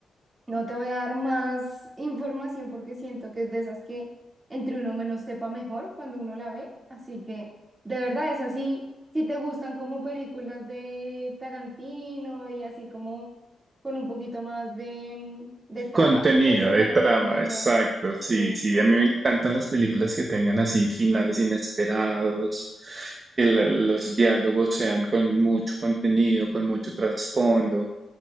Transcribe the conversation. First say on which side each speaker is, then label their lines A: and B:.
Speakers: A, on the right; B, on the right.
A: No te voy a dar más información porque siento que es de esas que entre uno menos sepa mejor cuando uno la ve. Así que de verdad es así. Si te gustan como películas de Tarantino y así como con un poquito más de, mm, de trama,
B: Contenido
A: te súper
B: de trama,
A: recomiendo.
B: exacto.
A: Sí,
B: Sí, sí,
A: sí,
B: a
A: sí.
B: mí me encantan las películas que tengan así finales inesperados, que la- los diálogos sean con mucho contenido, con mucho trasfondo.